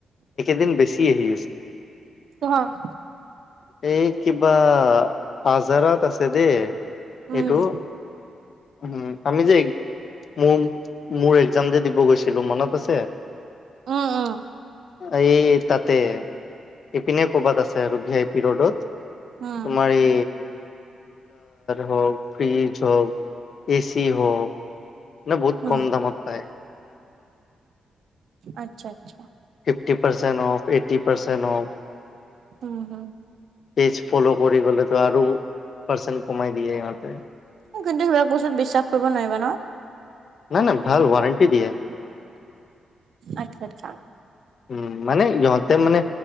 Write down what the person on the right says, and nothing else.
হয়
উম
উ উম
উম
উম
আচ্ছা আচ্ছা
উম হ
কিন্তু সিবাক বস্তু বিশ্বাস কৰিব নোৱাৰিবা ন
আত্ছা আচ্ছা